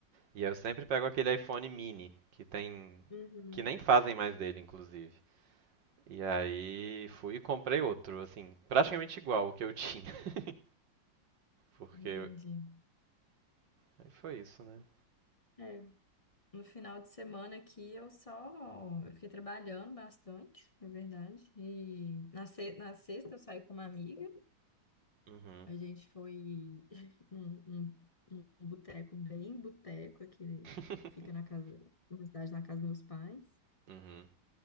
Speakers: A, on the right; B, on the left.
A: E eu sempre pego aquele iPhone mini, que tem.
B: Uhum,
A: Que nem fazem mais dele, inclusive. E aí fui e comprei outro, assim, praticamente igual o que eu tinha. <laughs> Porque.
B: entendi.
A: eu- Aí foi isso, né?
B: É, no final de semana aqui eu só eu fiquei trabalhando bastante, na verdade. E na, se- na sexta eu saí com uma amiga.
A: Uhum.
B: A gente foi <laughs> num, num, num boteco bem boteco aqui,
A: <laughs>
B: né? fica na casa, na cidade, na casa dos meus pais.
A: Uhum.